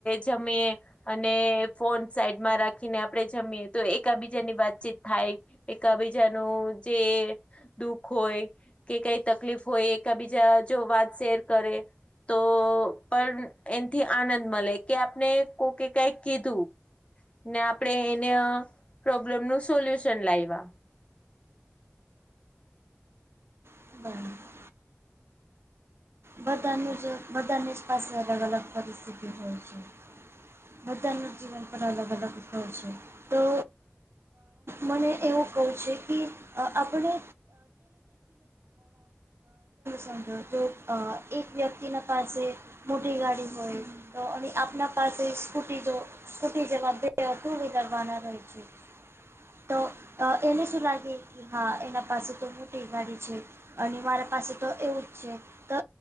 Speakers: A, on the left (about 30°); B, on the right (about 75°).
A: જમીએ અને ફોન સાઈડમાં રાખીને આપડે જમીએ તો એકાબીજા ની વાતચીત થાય એકાબીજાનું જે દુઃખ હોય કે કઈ તકલીફ હોય એકાબીજા જો વાત શેર કરે તો પણ એનાથી આનંદ મળે કે આપને કોકે કઈ કીધું ને આપડે એના પ્રોબ્લેમ નું સોલ્યુશન લાયવા
B: <inaudible> બધાનું જ બધાની જ પાસે અલગ અલગ પરિસ્થિતિ હોય છે. બધાનું જીવન પણ અલગ અલગ હોય છે તો મને એવું કહું છે કે આપણે <inaudible> અ એક વ્યક્તિના પાસે મોટી ગાડી હોય તો અને આપના પાસે સ્કૂટી જો સ્કુટી જેવા બે ટુ વ્હીલર વાનાય છે. તો એને શું લાગે કે હા એના પાસે તો મોટી ગાડી છે અને મારા પાસે તો એવું જ છે. તો